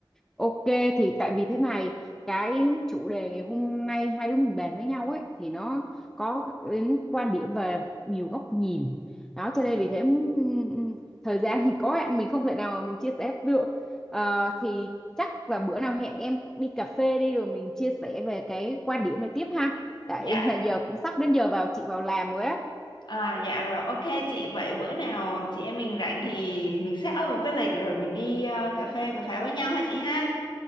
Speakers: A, in the centre; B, on the left (about 65°).
A: ok thì tại vì thế này cái chủ đề ngày hôm nay hai đứa mình bàn với nhau ấy thì nó có đến quan điểm về nhiều góc nhìn đó cho nên vì thế ừm, ừm, thời gian thì có hạn mình không thể nào mình chia sẻ được Ờ, thì chắc là bữa nào hẹn em đi cà phê đi rồi mình chia sẻ về cái quan điểm này tiếp ha tại
B: dạ
A: <laughs> giờ cũng sắp đến giờ vào chị vào làm rồi á
B: à, dạ rồi ok chị vậy bữa nào chị em mình rảnh thì mình set up một cái lịch rồi mình đi ờ, cà phê cà pháo với nhau ha chị ha